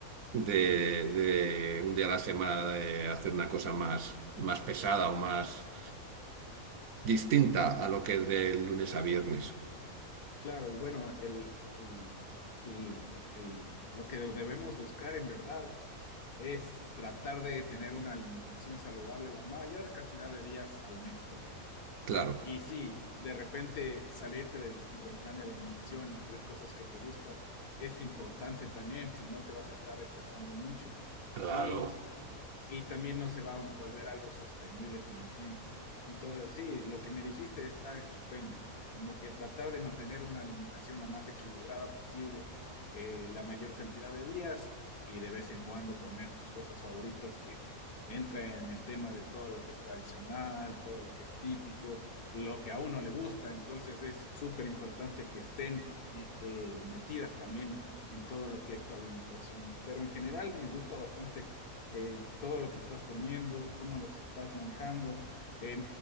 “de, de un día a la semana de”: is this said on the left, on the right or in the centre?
Right